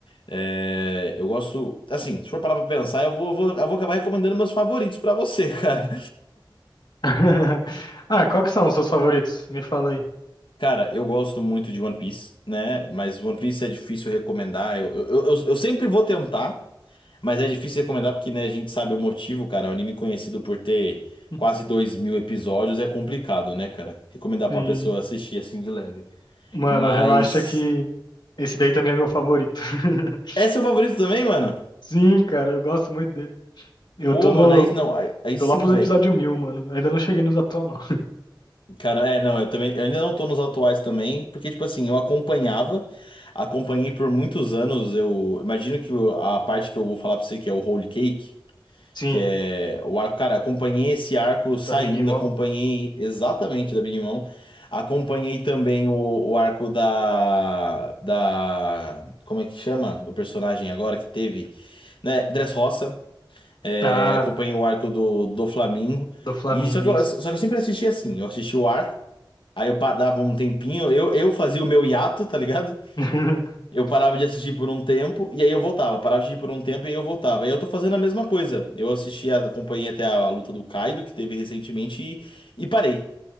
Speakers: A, on the left (about 80°); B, on the left (about 60°).
A: É, Eu gosto, assim, se for parar pra pensar, eu vou, vou- eu vou acabar recomendando meus favoritos pra você, <laughs> cara.
B: <laughs> Ah, qual que são os seus favoritos? Me fala aí.
A: Cara, eu gosto muito de One Piece, né? Mas One Piece é difícil recomendar. Eu, eu, eu, eu sempre vou tentar. Mas é difícil recomendar porque, né, a gente sabe o motivo, cara. o anime conhecido por ter
B: <laughs>
A: quase dois mil episódios é complicado, né, cara? Recomendar
B: Sim.
A: pra uma pessoa assistir assim de leve.
B: Mano,
A: Mas.
B: relaxa que esse daí também é meu favorito. <laughs>
A: É seu favorito também, mano?
B: Sim, cara, eu gosto muito dele. Eu
A: Pô,
B: tô no,
A: mano, aí não, aí, aí
B: tô
A: sim,
B: lá pros
A: vem.
B: episódios mil, mano. Ainda não cheguei nos atual, não.
A: Cara, é, não, eu também. Eu ainda não tô nos atuais também, porque, tipo assim, eu acompanhava, acompanhei por muitos anos. Eu imagino que o- a parte que eu vou falar pra você, que é o Holy Cake.
B: Sim.
A: Que é o arco, cara, acompanhei esse arco saindo,
B: Da Big Mom?
A: acompanhei exatamente da Big Mom. Acompanhei também o, o arco da, da. Como é que chama? O personagem agora que teve. Né? Dressrosa. É,
B: Ah,
A: acompanhei o arco do, do Flamingo.
B: do Flamengo,
A: E só que,
B: isso.
A: eu, só que eu sempre assisti assim. Eu assisti o arco, aí eu pa- dava um tempinho, eu, eu fazia o meu hiato, tá ligado?
B: <laughs>
A: Eu parava de assistir por um tempo e aí eu voltava. Parava de assistir por um tempo e aí eu voltava. E eu tô fazendo a mesma coisa. Eu assisti, a- acompanhei até a, a luta do Kaido, que teve recentemente, e, e parei.